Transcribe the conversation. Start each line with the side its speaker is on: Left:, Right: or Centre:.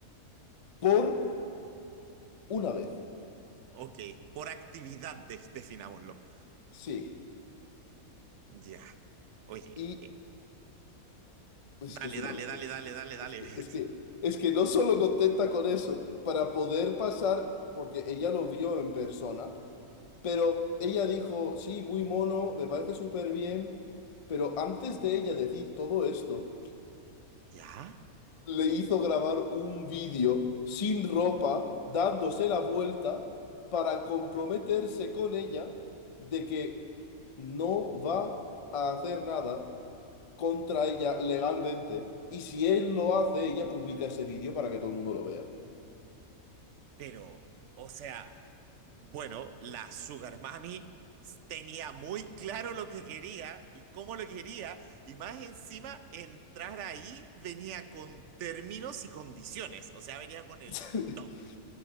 Left: por una vez.
Right: ok. Por actividad, de- definámoslo.
Left: Sí,
Right: Ya. Oye,
Left: y
Right: eh,
Left: es
Right: dale,
Left: que es una
Right: dale,
Left: locura.
Right: dale, dale, dale, dale.
Left: Es que,
Right: <laughs>
Left: es que, es que no solo contenta con eso, para poder pasar, porque ella lo vio en persona, Pero ella dijo, sí, muy mono, me parece súper bien, pero antes de ella decir todo esto,
Right: ¿Ya?
Left: le hizo grabar un vídeo sin ropa, dándose la vuelta, para comprometerse con ella de que no va a hacer nada contra ella legalmente. Y si él lo hace, ella publica ese vídeo para que todo el mundo lo vea.
Right: Pero, o sea, bueno, la Sugar Mami tenía muy claro lo que quería y cómo lo quería, y más encima, entrar ahí venía con términos y condiciones, o sea, venía con el
Left: <laughs>
Right: toque.